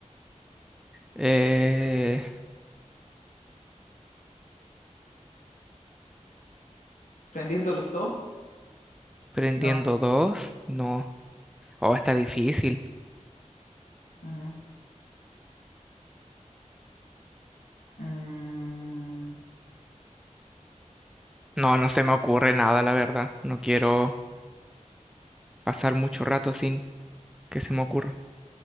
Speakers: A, in the centre; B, on the left.
A: Eh,
B: ¿Prendiéndolos todos?
A: prendiendo
B: No.
A: dos. No. Oh, está difícil.
B: Mm, mm,
A: No, no se me ocurre nada, la verdad. No quiero pasar mucho rato sin que se me ocurra.